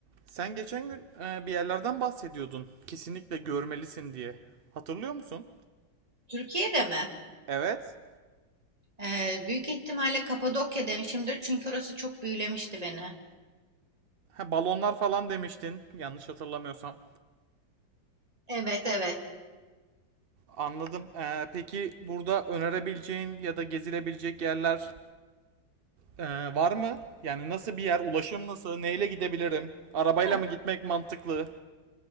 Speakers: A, on the right; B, on the right.
A: Sen geçen gün e, bir yerlerden bahsediyordun. Kesinlikle görmelisin diye. Hatırlıyor musun?
B: Türkiye'de mi?
A: Evet.
B: Ee, büyük ihtimalle Kapadokya demişimdir çünkü orası çok büyülemişti beni.
A: Ha, balonlar falan demiştin. Yanlış hatırlamıyorsam.
B: Evet evet.
A: Anladım. E, peki burada önerebileceğin ya da gezilebilecek yerler e, var mı? Yani nasıl bir yer? Ulaşım nasıl? Neyle gidebilirim? Arabayla
B: Ha,
A: mı gitmek mantıklı?